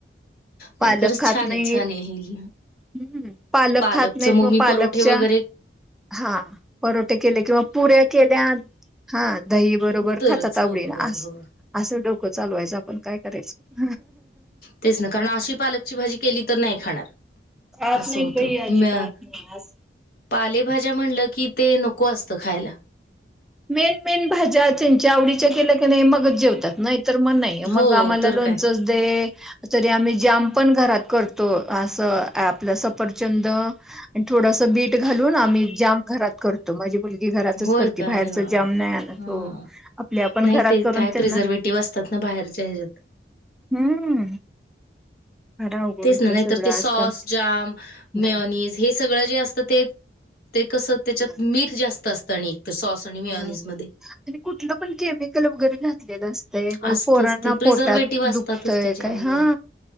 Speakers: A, on the left (about 55°); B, in the centre.
A: नाही
B: पालक
A: खरंच
B: खात
A: छान
B: नाही
A: आहे छान आहे हे
B: हम् पालक
A: पालकच
B: खात नाहीत
A: मग
B: म
A: मी
B: पालकच्या
A: परोठे वगैरे
B: हा परोठे केले किंवा पुऱ्या केल्या हा दही बरोबर
A: तरच
B: खातात आवडी
A: हो
B: ना
A: हो हो
B: असं डोकं चालूवायचं आपण काय करायचं
A: तेच ना कारण अशी पालकची भाजी केली तर नाही खाणार
B: आ
A: असं
B: नाही
A: होतं
B: बाई अजीबात
A: म्या
B: नाही आज
A: पालेभाज्या म्हणलं की ते नको असत खायला
B: मेन मेन भाज्या त्यांच्या आवडीच्या केल्या की नाही मगच जेवतात नाही तर मग नाही
A: हो
B: मग आम्हाला
A: तर
B: लोणचच
A: काय
B: दे तरी आम्ही जाम पण घरात करतो असं आपलं सफरचंद आणि थोडस बीट घालून आम्ही जाम घरात करतो माझी मुलगी घरातच
A: होय
B: करते
A: का
B: बाहेरच
A: अरे वा
B: जाम
A: वा
B: नाही आणत
A: हा
B: हो आपल्या आपण
A: नाही
B: घरात
A: ते
B: करून
A: काय
B: त्यांना
A: प्रिझर्वेटिव्ह असतात ना बाहेरच्या ह्याच्यात
B: हम्म फार अवघड
A: तेच
B: होतय
A: ना नाही
B: सगळं
A: तर ते
B: आजकाल
A: सॉस जाम
B: नाही
A: मेओनीज हे सगळं जे असतं ते ते कसं त्याच्यात
B: होय.
A: मीठ जास्त असतं आणि तर सॉस आणि मेयोनीजमध्ये.
B: होय होय आणि कुठलं पण केमिकल वगैरे घातलेलं असत ते मग
A: असतच
B: पोरांना
A: ते प्रिझर्वेटिव्ह
B: पोटात
A: असतातच
B: दुखतय
A: त्याच्यामध्ये
B: काय हा
A: आणि